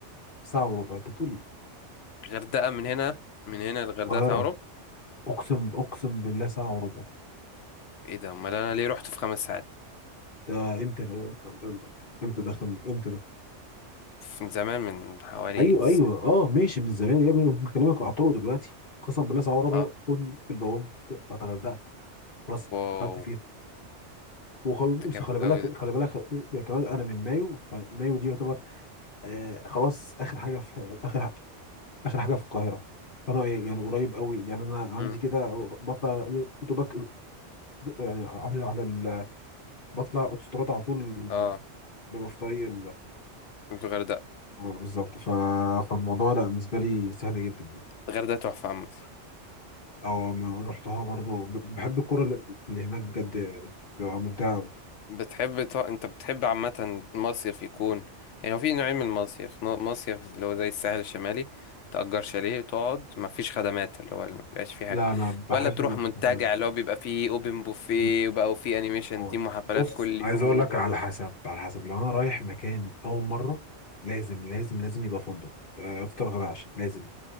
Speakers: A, on the left (about 50°); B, on the left (about 80°).
A: في ساعة وربع انت بتقول ايه
B: الغردقة من هنا من هنا للغردقة
A: القاهرة
B: تقرب
A: أقسم أقسم بالله ساعة وربع
B: ايه ده امال انا ليه رحت في خمس ساعات؟
A: ده إمتى ده؟ إمتى ده آخر- إمتى ده
B: من زمان من حوالي
A: أيوه
B: س-
A: أيوه أه ماشي من زمان يا ابني بكلمك على الطرق دلوقتي قسما بالله ساعة وربع
B: اه
A: كنت في البوابة بتاعت الغردقة خلاص
B: واو
A: دخلت فيها وخلاص
B: ده جامد
A: خلي بالك
B: أوي ده
A: خلي بالك يعني كمان أنا من مايو فمايو دي يعتبر آه خلاص آخر حاجة في آخر ح- آخر حاجة في القاهرة فأنا يعني يعني قريب قوي يعني أنا عندي
B: مم.
A: كده بطلع دوبك يعني على على ال- بطلع أوتوستراد على طول
B: اه
A: ببقى في طريق
B: الغردقة
A: اه بالظبط ف... فالموضوع لا بالنسبه لي سهل جدا يعني.
B: الغردقة تحفة عامة
A: او ما رحتها برضو ب- بحب الكره اللي اللي هناك بجد بتبقى ممتعه أوي.
B: بتحب ط... انت بتحب عامة مصيف يكون يعني هو في نوعين من المصيف ن- مصيف اللي هو زي الساحل الشمالي تأجر شاليه وتقعد مفيش خدمات اللي هو اللي مبيبقاش فيه حاجة
A: لا انا بحب
B: ولا تروح
A: اللي بتعمله.
B: منتجع اللي هو بيبقى فيه اوبن بوفيه
A: بالظبط.
B: وبقى وفيه انيميشن
A: اه
B: تيم وحفلات
A: بص
B: كل
A: عايز
B: يوم
A: اقول
B: وبرو
A: لك على حسب على حسب لو انا رايح مكان اول مره لازم لازم لازم يبقى فندق آه، افطر غدا عشاء لازم